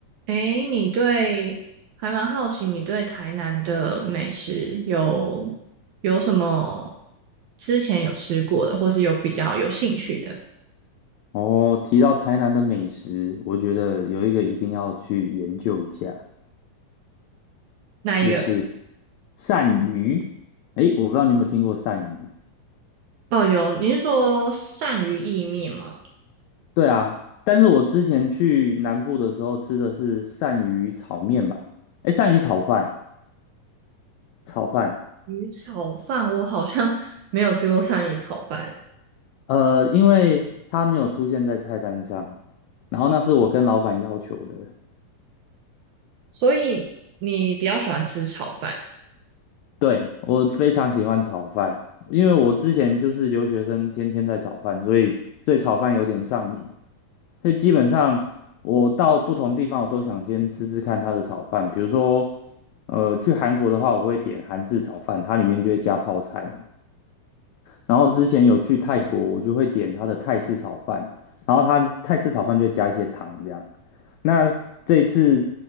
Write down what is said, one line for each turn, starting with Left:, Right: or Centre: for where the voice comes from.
Right: 诶，你对，还蛮好奇，你对台南的美食有有什么之前有吃过的，或是有比较有兴趣的
Left: 哦，提到台南的美食，我觉得有一个一定要去研究一下，
Right: 那一个？
Left: 就是鳝鱼。诶，我不知道你有没有听过鳝鱼？
Right: 哦，有，你是说鳝鱼意面吗？
Left: 对啊，但是我之前去南部的时候吃的是鳝鱼炒面吧？诶，鳝鱼炒饭，炒饭。
Right: 鱼炒饭，我好像 <laughs> 没有吃过鳝鱼炒饭，
Left: 呃，因为它没有出现在菜单上，然后那是我跟老板要求的。
Right: 所以你比较喜欢吃炒饭。
Left: 对，我非常喜欢炒饭，因为我之前就是留学生，天天在炒饭，所以对炒饭有点上瘾。所以基本上我到不同地方，我都想先吃吃看它的炒饭。比如说，呃，去韩国的话，我会点韩式炒饭，它里面就会加泡菜嘛。然后之前有去泰国，我就会点它的泰式炒饭，然后它泰式炒饭就会加一些糖这样。那这一次